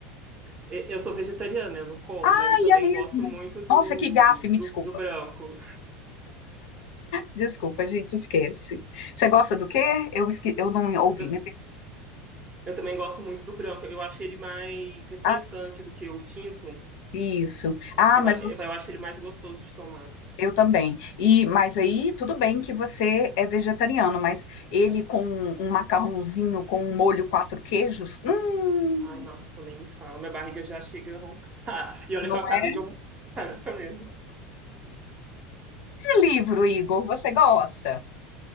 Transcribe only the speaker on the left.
Aí
é mesmo.
Nossa, que gafe, me
desculpa.
Desculpa, a gente esquece. Você gosta do quê? Eu, esque- eu não ouvi.
Me... per-
Ah, sim.
Isso. Ah,
mas
você.
Eu também. E mas aí tudo bem que você é vegetariano, mas ele com um macarrãozinho com um molho quatro queijos, hum,
não
é
de livro, Igor. Você gosta?